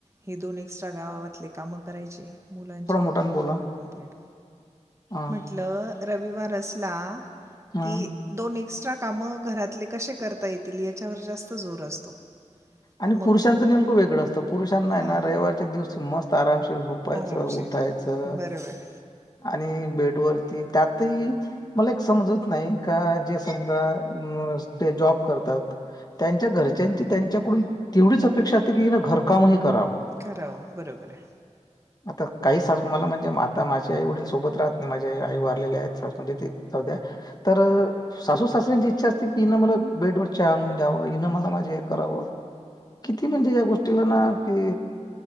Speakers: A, on the right; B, on the left.
A: हे दोन एक्स्ट्रा गावावातली कामं करायची. मुलांची
B: थोडा
A: ही
B: मोठ्यानं
A: दोन
B: बोला
A: काम कंप्लीट,
B: हा
A: म्हटलं रविवार असला
B: हा
A: की दोन, एक एक्स्ट्रा काम घरातले कसे करता येतील याच्यावर जास्त जोर असतो.
B: आणि
A: मग
B: पुरुषांचं नेमकं वेगळं असतं पुरुषांना हाय
A: हां
B: ना रविवारच्या दिवस मस्त आरामात झोपायचं,
A: आरामशीर
B: उठायचं
A: बरोबर आहे.
B: आणि बेडवर त्यातही मला एक समजत नाही का जे समजा जॉब करतात. त्यांच्या घरच्यांची त्यांच्याकडून तेवढीच अपेक्षा असते की हिन घरकामही कराव.
A: करा बरोबर आहे.
B: आता काही सासु मला म्हणजे, आता माझे आई- वडील सोबत राहत नाही, माझे आई वारलेले आहेत सा म्हणजे ती तर सासू सासऱ्यांची इच्छा असते, की मला बेड वर चहा आणून द्याव. म हीन मला माझे हे करावं. किती? म्हणजे या गोष्टीला ना कि